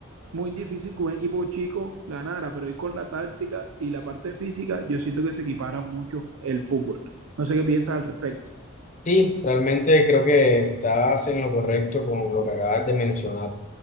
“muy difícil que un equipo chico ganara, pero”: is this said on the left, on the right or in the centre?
Right